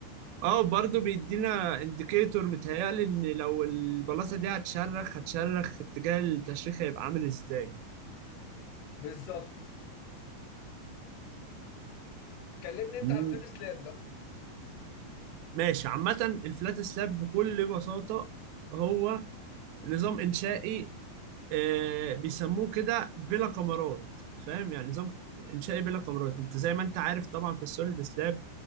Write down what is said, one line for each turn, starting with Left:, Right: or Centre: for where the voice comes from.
Right: اه برضه بيدينا انديكيتور متهيألي ان لو البلاطه دي هتشرخ هتشرخ اتجاه التشريخ هيبقى عامل ازاي
Left: بالظبط كلمني انت
Right: مم.
Left: على الفيت سلاب بقى
Right: ماشي عامة الفلات سلاب بكل بساطة هو نظام إنشائي آه، بيسموه كده بلا كمرات فاهم يعني نظام انشائي بلا كمرات انت زي ما انت عارف طبعا في السوليد سلاب